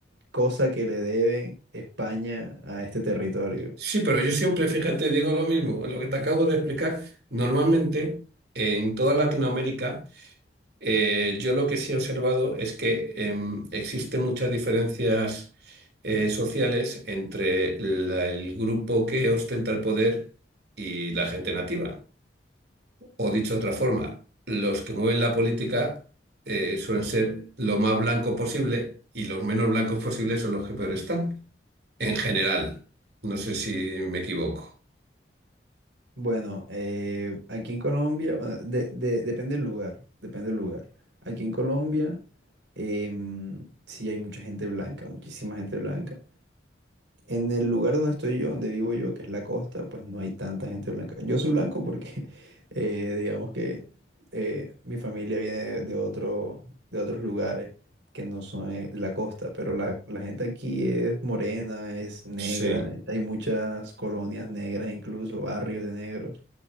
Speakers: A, on the right; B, on the right.
A: cosa que le debe España a este territorio.
B: Sí, pero yo siempre, fíjate, digo lo mismo, lo que te acabo de explicar. Normalmente, en toda Latinoamérica, Eh, yo lo que sí he observado es que em, existen muchas diferencias eh, sociales entre la- el grupo que ostenta el poder y la gente nativa. O dicho de otra forma, los que mueven la política eh, suelen ser lo más blanco posible y los menos blancos posibles son los que peor están. En general, no sé si me equivoco.
A: Bueno, eh, aquí en Colombia, bueno, de- de- depende del lugar, depende del lugar. Aquí en Colombia, em, sí hay mucha gente blanca, muchísima gente blanca. En el lugar donde estoy yo, donde vivo yo, que es la costa, pues no hay tanta gente blanca. Yo soy blanco porque, <laughs> eh, digamos que eh, mi familia viene de, de otro, de otros lugares que no son eh, la costa, pero la, la gente aquí es morena, es negra,
B: Sí,
A: hay muchas colonias negras, incluso barrios de negros.